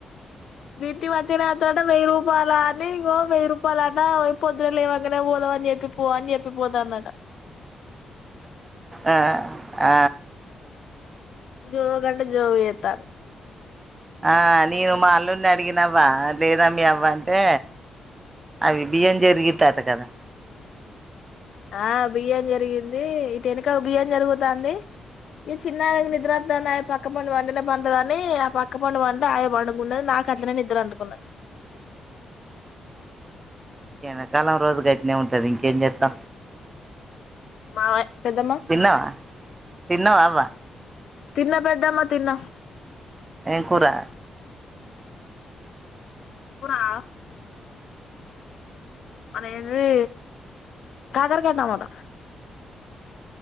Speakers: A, on the left; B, on the right.
A: దీటి మధ్యనేత్రంట వెయ్యి రూపాయ అని ఇంకో వెయ్యి రూపాయల అంట పొద్దున లేవకనే పోదావ అని చెప్పి పో అని చెప్పిపోదుా అన్నట
B: ఆ ఆ
A: జో కంట జోవ ఏతాను
B: ఆ నేను మా అల్లుండి అడిగినవవా లేదమ్మ అవ్వ అంటే అవి బియ్యం జరిగుతట కదా
A: ఆ బియ్యం జరిగింది ఇటు వెనక బియ్యం జరుగుతుంది ఈది చిన్నా నిద్ర ద పక్కం పడువా న్న పండుగ కాని ఆ పక్క పండు పండు ఆ పండుగ ఉన్నది నాకు అట్ ననే నిద్దరు అంటుకున్నది
B: ఎకాలం రజదు కై ఏటనే ఉంటది ఇంకేం చేస్తా.
A: మామయ్య పెద్దమ్మ
B: తిన్నవా తిన్నవా అవా
A: తిన్న పెద్దామా తిన్న
B: ఎంకురా
A: కూర ఆ అనేధి కాకర్ గడ అనమట